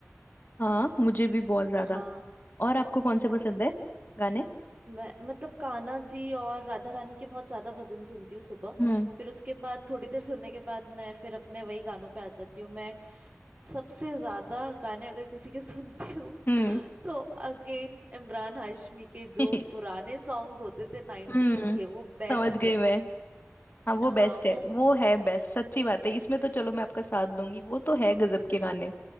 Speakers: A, on the left (about 45°); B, on the right (about 35°).
A: हाँ मुझे भी बहुत ज्यादा
B: हाँ
A: और आपको कौन से पसंद
B: तो
A: है गाने
B: मैं मतलब कान्हा जी और राधा रानी के बहुत ज्यादा भजन सुनती हूँ सुबह
A: हम्म
B: फिर उसके बाद थोड़ी देर सुनने के बाद मैं फिर अपने वही गानों पे आ जाती हूँ मैं सबसे ज्यादा गाने अगर किसी के <laughs> सुनती हूँ
A: हम्म
B: तो अगेन इमरान हाशमी के
A: <laughs>
B: जो पुराने सॉन्ग्स होते थे नाइन्टीज
A: हम्म
B: के वो
A: समझ
B: बेस्ट
A: गई
B: है
A: मैं हाँ वो बेस्ट
B: हाँ वो
A: है वो है बेस्ट सच्ची बात है इसमें तो चलो मैं आपका साथ दूंगी वो तो है गजब
B: हम्म
A: के गाने